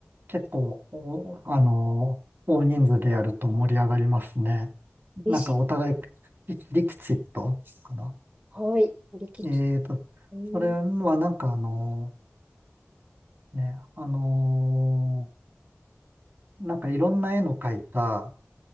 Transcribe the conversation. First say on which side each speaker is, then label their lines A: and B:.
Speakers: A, on the right (about 60°); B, on the right (about 35°).
A: 結構お、あの、大人数でやると盛り上がりますね。
B: 利子。
A: なんかお互い、リリキシットかな。
B: はい。力士。
A: えーと、
B: うん。
A: それはなんかあの、ね、あの、なんかいろんな絵の描いた、